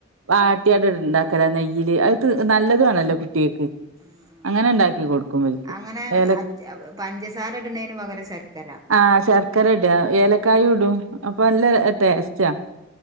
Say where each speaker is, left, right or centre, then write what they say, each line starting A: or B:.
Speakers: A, on the right; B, on the right.
A: വാട്ടിയാട്
B: ആ
A: ഇണ്ടാക്കലാ നെയ്യ്ല് അത് ത് നല്ലതു ആണല്ലോ കുട്ട്യാൾക്ക്.
B: ആ ആ
A: അങ്ങനെ ഇണ്ടാക്കി കൊടുക്കും ഇവൽക്ക്
B: അങ്ങനെ
A: ഏല
B: പഞ്ചസാര ഇടുന്നതിന് പകരം ശർക്കര
A: ആഹ് ശർ ക്കര ഇട ഏലക്കായീംടും
B: ആഹ്
A: അപ്പൊ
B: ആഹ്
A: നല്ല ടേസ്റ്റാ.